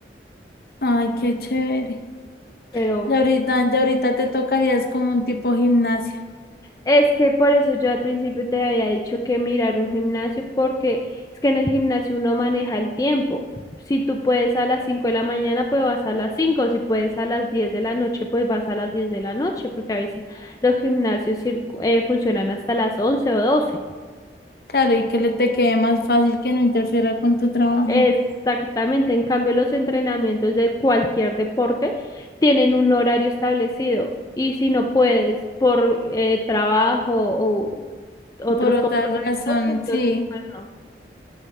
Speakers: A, on the left; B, on the left.
A: Ay, qué chévere.
B: pero
A: Ya ahorita, ya ahorita te tocaría, es como un tipo gimnasia.
B: Es que por eso yo al principio te había dicho que mirar un gimnasio, porque es que en el gimnasio uno maneja el tiempo. Si tú puedes a las 5 de la mañana, pues vas a las cinco Si puedes a las 10 de la noche, pues vas a las 10 de la noche, porque a veces los gimnasios cir- eh, funcionan hasta las 11 o doce
A: Claro, y que le te quede más fácil que no interfiera con tu trabajo.
B: Exactamente, en cambio los entrenamientos de cualquier deporte tienen un horario establecido y si no puedes por eh, trabajo o otros
A: Por otra
B: compromisos,
A: razón,
B: entonces
A: sí,
B: pues no.